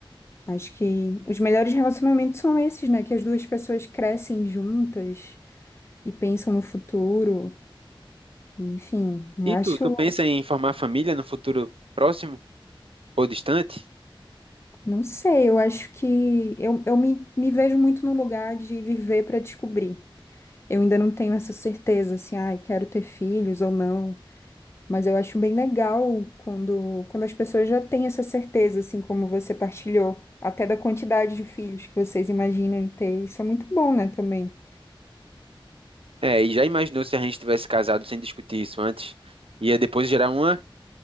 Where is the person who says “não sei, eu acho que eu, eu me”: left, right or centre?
Left